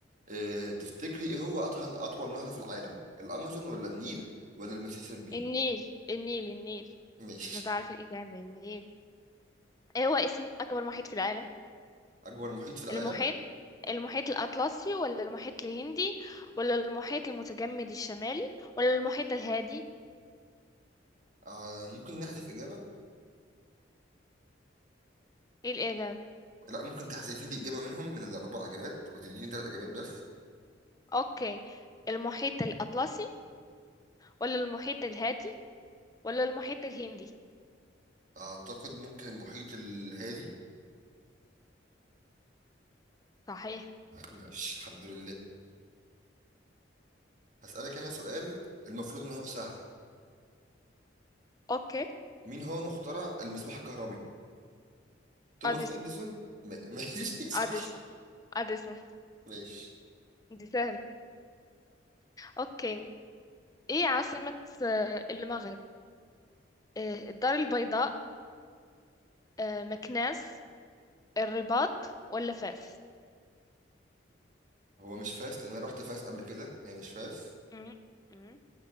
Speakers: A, on the right (about 40°); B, on the left (about 20°).
A: اه تفتكري ايه هو اطول اطول نهر في العالم الامازون ولا النيل ولا المسيسيبي
B: النيل النيل النيل
A: ماشي
B: انا بعرف الاجابة النيل ايه هو اسم اكبر محيط في العالم
A: اكبر محيط في العالم
B: المحيط المحيط الاطلسي ولا المحيط الهندي ولا المحيط المتجمد الشمالي ولا المحيط الهادي
A: آه ممكن نحذف اجابة
B: ايه الاجابة
A: لا ممكن تحذفي لي اجابة منهم من الاربع اجابات وتديني ثلاث اجابات بس
B: اوكي المحيط الاطلسي ولا المحيط الهادي ولا المحيط الهندي
A: اعتقد ممكن المحيط الهادي
B: صحيح
A: ماشي الحمد لله هسألك انا سؤال المفروض ان هو سهل
B: اوكي
A: مين هو مخترع المصباح الكهربي توماس
B: اديسون
A: اديسون م- <laughs> ماشي صح
B: اديسون اديسون
A: ماشي
B: دي سهلة اوكي ايه عاصمة آه، المغرب آه، الدار البيضاء آه، مكناس الرباط ولا فاس
A: هو مش فاس لان انا رحت فاس قبل كده هي مش فاس
B: مم. مم.